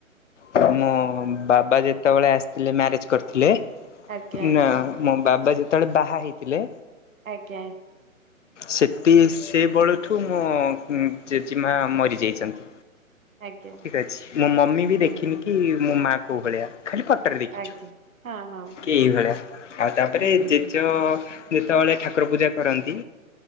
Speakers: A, on the left (about 60°); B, on the right (about 70°).
A: କ ମୋ ବାବା ଯେତେବେଳେ ଆସିଥିଲେ ମ୍ୟାରେଜ କରିଥିଲେ।
B: ଆଜ୍ଞା।
A: ନା ମୋ ବାବା ଯେତେବେଳେ ବାହା ହେଇଥିଲେ।
B: ଆଜ୍ଞା।
A: ସେଠି ସେ ବେଳଠୁ ମୋ ଜେଜେମା ମରିଯାଇଛନ୍ତି।
B: ଆଜ୍ଞା
A: ଠିକ ଅଛି ମୁଁ ମମି ବି
B: ହୁଁ
A: ଦେଖିନି
B: ହୁଁ
A: କି ମୋ ମା କୋଉଁ ଭଳିଆ। ଖାଲି ପଟରେ ଦେଖିଛୁ
B: ଆଜ୍ଞା ହଁ ହଁ
A: କି ଏଭଳିଆ ଆଉ ତାପରେ
B: ହଁ ହୁଁ
A: ଜେଜ
B: ହୁଁ।
A: ଯେତେବେଳେ ଠାକୁର ପୂଜା କରନ୍ତି